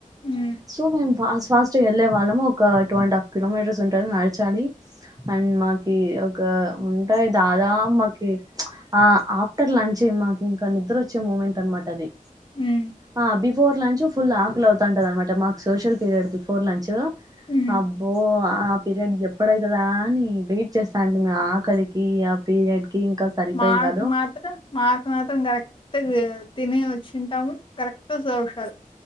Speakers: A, on the left (about 35°); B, on the right (about 25°).
A: ఉమ్
B: సు మేమ్ పాస్ ఫాస్ట్గా వెళ్ళే వాళ్ళము ఒక టూ అండ్ హాఫ్ కిలోమీటర్స్ ఉంటు నడిచాలి అండ్ మా ఒక ఉంటాయి దాదా మకి ఆ ఆఫ్టర్ లంచ్ మాకు ఇంకా నిద్ర వచ్చే మూమెంట్ అనమాట అది
A: ఉమ్
B: ఆ బిఫోర్ లంచ్ ఫుల్ ఆకులి అవుతాంటది అనమాట మాకు సోషల్ పీరియడ్ బిఫోర్ లంచ్
A: ఉమ్
B: అబో ఆ పీరియడ్ ఎప్పుడై కదా అని వెయిట్ చేస్తా అండి మీ ఆకలికి ఆ పీరియడ్ కి ఇంకా సరిపోయేది
A: మాకు
B: కాదు
A: మాత్రం మాకు మాత్రం డరెక్ట్ తిని వచ్చింటాము కరెక్ట్ సోషల్